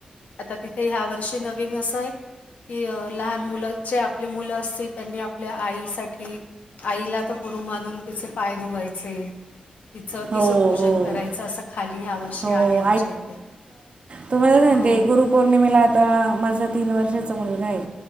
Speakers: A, on the left; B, on the right.
A: आता तिथे ह्या वर्षी नवीन अस ये कि लहान मुलं जे आपली मुलं असतील त्यांनी आपल्या आईसाठी आईला आता गुरु मानून तिचे पाय धुवायचे तिचं
B: हो,
A: तिच पूजन
B: हो.
A: करायचं असं खाली ह्या वर्षी
B: हो,
A: आहे आमच्या इथे
B: तुम्हाला सांगते
A: हो
B: गुरू पौर्णिमेला आता माझा तीन वर्षाचा मुलगा आहे